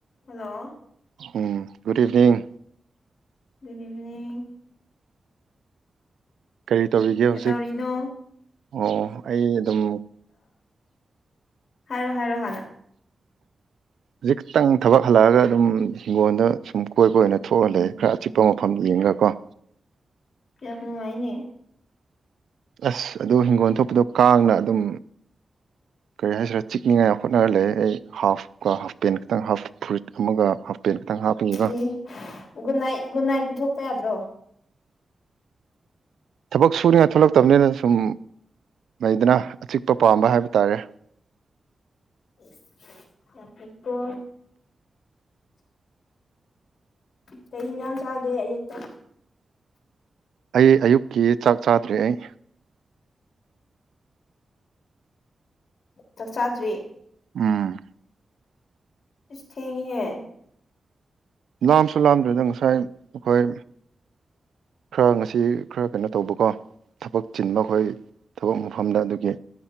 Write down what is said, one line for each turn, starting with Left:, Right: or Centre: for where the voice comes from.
Left: hello
Right: ꯎꯝ good evening
Left: good evening
Right: ꯀꯔꯤ ꯇꯧꯔꯤꯒꯦ
Left: ꯀꯩꯗꯧꯔꯤꯅꯣ
Right: ꯍꯧꯖꯤꯛ ꯑꯣ ꯑꯩ ꯑꯗꯨꯝ
Left: ꯍꯥꯏꯔꯣ ꯍꯥꯏꯔꯣ ꯍꯂ
Right: ꯍꯧꯖꯤꯈꯤꯛꯇꯪ ꯊꯕꯛ ꯍꯜꯂꯛꯑꯒ ꯑꯗꯨꯝ ꯍꯤꯡꯒꯣꯜꯗ ꯁꯨꯝ ꯀꯣꯏꯕ ꯑꯣꯏꯅ ꯊꯣꯛꯍꯜꯂꯦ ꯈꯔ ꯑꯆꯤꯛꯄ ꯃꯐꯝ ꯌꯦꯡꯉꯒꯀꯣ
Left: ꯀ ꯅꯨꯡꯉꯥꯏꯅꯦ
Right: ꯑꯁ ꯑꯗꯨ ꯍꯤꯡꯒꯣꯜ ꯊꯣꯛꯄꯗꯣ ꯀꯥꯡꯅ ꯑꯗꯨꯝ ꯀꯔꯤ ꯍꯥꯏꯁꯤꯔꯥ ꯆꯤꯛꯅꯤꯉꯥꯏ ꯍꯣꯠꯅꯔ ꯂꯩ ꯑꯩ ꯍꯥꯐꯀ ꯍꯥꯞ ꯄꯦꯟ ꯈꯛꯇꯪ ꯍꯥꯐ ꯐꯨꯔꯤꯠ ꯑꯃꯒ ꯍꯥꯐ ꯄꯦꯟ ꯈꯤꯇꯪ ꯍꯥꯞꯄꯤꯒ
Left: ꯑꯦ ꯒꯨꯠ ꯅꯥꯏꯠ ꯒꯨꯠ ꯅꯥꯏꯠ ꯄꯨꯊꯣꯛꯄ ꯌꯥꯗ꯭ꯔꯣ
Right: ꯊꯕꯛ ꯁꯨꯔꯤꯉꯥꯏ ꯊꯣꯛꯂꯛꯇꯕꯅꯤꯅ ꯁꯨꯝ ꯂꯩꯗꯅ ꯑꯆꯤꯛꯄ ꯄꯥꯝꯕ ꯍꯥꯏꯕ ꯇꯥꯔꯦ
Left: ꯌꯥꯄ ꯀꯩꯅꯎ ꯆꯥꯒꯦ ꯑꯌꯨꯛꯇ
Right: ꯑꯩ ꯑꯌꯨꯛꯀꯤ ꯆꯥꯛ ꯆꯥꯗ꯭ꯔꯦ ꯑꯩ
Left: ꯆꯥꯛꯆꯥꯥꯗ꯭ꯔꯤꯦ
Right: ꯎꯝ
Left: ꯊꯦꯡ ꯍ
Right: ꯂꯥꯝꯁꯨ ꯂꯥꯝꯗꯗ ꯉꯁꯥꯏ ꯑꯩꯈꯣꯏ ꯈꯔ ꯉꯁꯤ ꯈꯔ ꯀꯩꯅꯣ ꯇꯧꯕꯀꯣ ꯊꯕꯛ ꯆꯤꯟꯕ ꯑꯩꯈꯣꯏ ꯊꯕꯛ ꯃꯐꯝꯗ ꯑꯗꯨꯒꯤ